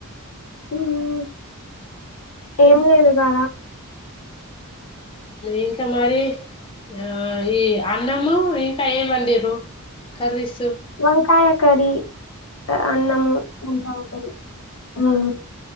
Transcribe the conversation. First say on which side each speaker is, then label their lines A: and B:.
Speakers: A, on the left (about 70°); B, on the left (about 20°).
A: ఉమ్ ఏం లేదు కదా
B: ఇంక మరీ ఆ ఈ అన్నము ఇంకా ఏమండిర్రు కర్రీస్
A: వంకాయ కర్రీ అన్నము వంకాయ కరీ ఆ